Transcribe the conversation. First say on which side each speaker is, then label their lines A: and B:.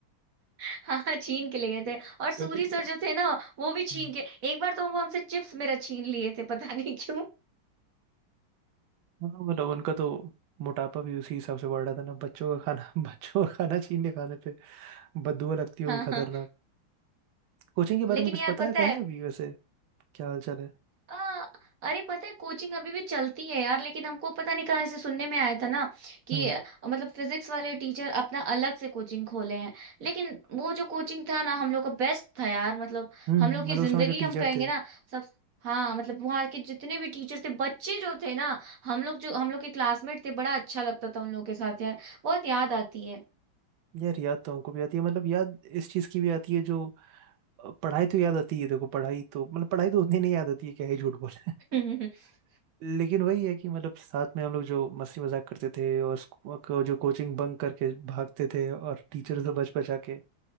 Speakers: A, on the right; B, on the right.
A: <laughs> हाँ हाँ, छीन के ले गए थे और सूरी
B: अरे
A: सर
B: यार
A: जो थे ना वो भी
B: हम्म।
A: छीन के एक बार तो वो हमसे चिप्स मेरा छीन लिए थे पता नहीं क्यों
B: हाँ मतलब उनका तो मोटापा भी उसी हिसाब से बढ़ रहा था ना बच्चों का खाना <laughs> बच्चों का खाना छीनने खाने पे बददुआ लगती होगी
A: हाँ
B: खतरनाक
A: हाँ
B: कोचिंग के बारे
A: लेकिन
B: में कुछ
A: यार
B: पता
A: पता
B: है है
A: है
B: अभी वैसे क्या हाल चाल है
A: आ, अरे पता है कोचिंग अभी भी चलती है यार लेकिन हमको पता नहीं कहाँ से सुनने में आया था ना कि
B: हम्म
A: अ, मतलब फिजिक्स वाले टीचर अपना अलग से कोचिंग खोले हैं लेकिन वो जो कोचिंग था ना हम लोग का बेस्ट था यार मतलब
B: हम्म
A: हम लोग की
B: मतलब उस
A: जिंदगी
B: समय जो
A: हम
B: टीचर
A: कहेंगे
B: थे
A: ना सब हाँ मतलब वहाँ के जितने भी टीचर थे बच्चे जो थे ना हम लोग जो हम लोग के क्लासमेट थे बड़ा अच्छा लगता था उन लोगों के साथ यार बहुत याद आती
B: यार याद तो हमको भी आती है मतलब याद इस चीज की भी आती है जो अ, पढ़ाई तो याद आती है देखो पढ़ाई तो मतलब पढ़ाई तो उतनी नहीं याद आती है क्या ही झूठ बोले
A: है <laughs>
B: <laughs> लेकिन वही है कि मतलब साथ में हम लोग जो मस्ती मजाक करते थे और स्कू- को- जो कोचिंग बंक करके भागते थे और टीचर से बच बचा के